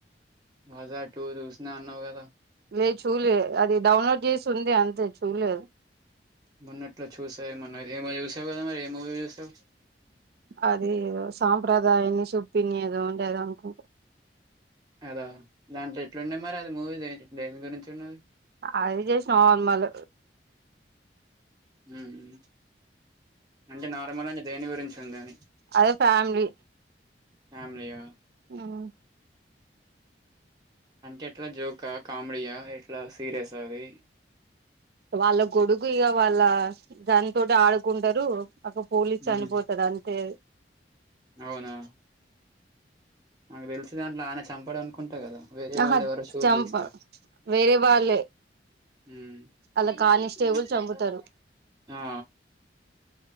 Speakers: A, on the right (about 25°); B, on the right (about 60°).
A: వజ టు జష్ణ అన్నవ్ గదా
B: లే చూలే అది డౌన్లోడ్ చేసి ఉంది అంతే చూలేదు
A: మొన్నట్ల చూసా ఏమోన ఏమో చూసావు కదా మరి ఏ మూవీ చూసావ్
B: అది ఏదో సాంప్రదాయణి సుప్పిని ఏదో ఉంది, అది అనుకుంట.
A: అదా, దాంట్లో ఎట్ల ఉన్నది మరి అది మూవీ దేని గురించి ఉన్నది.
B: అవి చేసి నార్మల్
A: ఉమ్ అంటే నార్మల్ అంటే దేని గురించి ఉంది అని
B: అదే ఫ్యామిలీ
A: ఫ్యామిలీయా?
B: ఉమ్మ్
A: అంటే ఎట్లా జోకా, కామెడీయా ఎట్లా సీరియసా అది?
B: వాళ్ళ గొడుగు ఇక వాళ్ళ దానితోటె ఆడుకుంటారు. అక్కడ పోలీస్
A: మ్మ్
B: చనిపోతాడంతే.
A: అవునా, నాకు తెలిసి దాంట్లో ఆయన చంపడనుకుంటా కదా. వేరేవాళ్ళు
B: ఆహా
A: ఎవరో షూట్
B: చంప
A: చేస్తారు.
B: వేరే వాళ్ళే
A: ఉమ్
B: అలా
A: <unintelligible>
B: కానిస్టేబుల్ చంపుతారు
A: ఆ